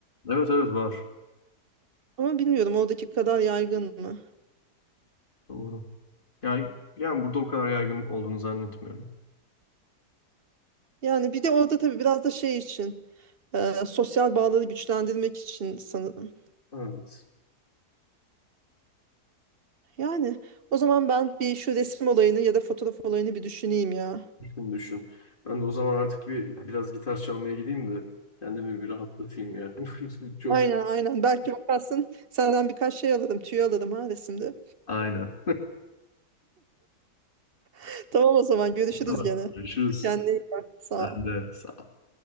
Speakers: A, on the left; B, on the right.
A: Evet evet var.
B: Ama bilmiyorum oradaki kadar yaygın mı?
A: Doğru. Yani, yani burada o kadar yaygın olduğunu zannetmiyorum.
B: Yani bir de orada tabii biraz da şey için e, sosyal bağları güçlendirmek için sanırım.
A: Evet.
B: Yani o zaman ben bir şu resim olayını ya da fotoğraf olayını bir düşüneyim ya.
A: Düşün düşün. Ben de o zaman artık bir biraz gitar çalmaya gideyim de kendimi bir rahatlatayım ya. <laughs> Çok
B: Aynen aynen. Belki bakarsın senden birkaç şey alırım, tüy alırım ha resimde.
A: Aynen.
B: <laughs> Tamam o zaman görüşürüz
A: Tamam.
B: gene.
A: Görüşürüz.
B: Kendine iyi bak. Sağ
A: Sen
B: ol.
A: de sağ ol.